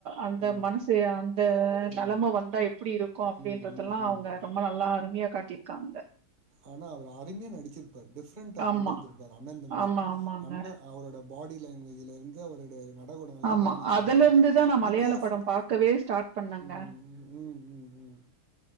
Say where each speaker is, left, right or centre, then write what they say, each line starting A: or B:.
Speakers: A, on the right; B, on the right.
A: அந்த
B: ம்
A: மனசு அந்த
B: ம்
A: நெலம வந்தா எப்டி இருக்கு அப்டின்றது
B: ம்
A: க்கல்லா
B: ம் ம்
A: அவுங்க
B: ம்
A: ரொம்ப நல்லா அருமையா காட்டிருக்காங்க
B: ஆனா அவரு அருமைய நடுச்சுருப்பாரு டிஃப்ரெண்டா
A: ஆமா
B: கொண்டு வந்துருப்பாரு அண்ணந் தம்பி
A: ஆமா ஆமாங்க
B: அண்ண அவரோட பாடி லாங்குவேஜ்லருந்து அவரோட நடகுடம்லா
A: ஆமா
B: கவனிச்சீங்கன்னா
A: அதுல இருந்து தா நா மலையாள
B: வித்தியாசம்
A: படம் பாக்கவே ஸ்டார்ட் பண்ணங்க
B: ம் ம் ம் ம்